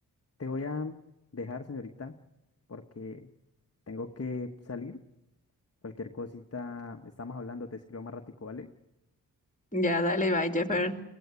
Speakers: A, on the left (about 35°); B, on the left (about 20°).
A: Te voy a dejar, señorita, porque tengo que salir. Cualquier cosita, estamos hablando, te escribo más ratico, ¿vale?
B: Ya, dale, bye, Jeffer.